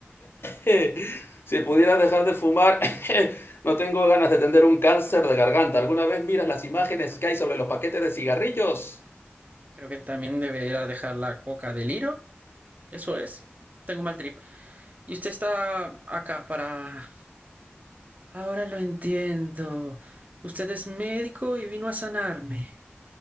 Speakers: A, on the left (about 65°); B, on the right (about 40°).
A: <laughs> si pudieras dejar de fumar, <laughs> no tengo ganas de tener un cáncer de garganta. ¿Alguna vez miras las imágenes que hay sobre los paquetes de cigarrillos?
B: Creo que también debería dejar la coca del hilo. Eso es. Tengo un mal trip. Y usted está acá para... Ahora lo entiendo. Usted es médico y vino a sanarme.